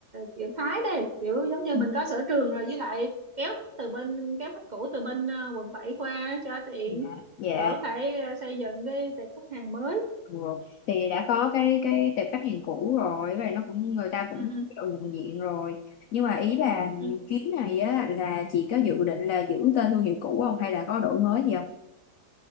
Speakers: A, on the right (about 45°); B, on the left (about 70°).
A: kiểu Thái đây kiểu giống như
B: Ừ.
A: mình có sở trường rồi với lại kéo khách từ bên kéo khách cũ từ bên à, quận bảy qua cho tiện
B: dạ dạ
A: đỡ phải à, xây dựng cái tệp khách hàng mới
B: Ừ. thì đã có cái cái tệp khách hàng cũ rồi và nó cũng người ta
A: ừ.
B: cũng kiểu nhận diện rồi nhưng mà ý là
A: ừ.
B: chuyến này á là chị có dự định là giữ tên thương hiệu cũ không hay là có đổi mới gì không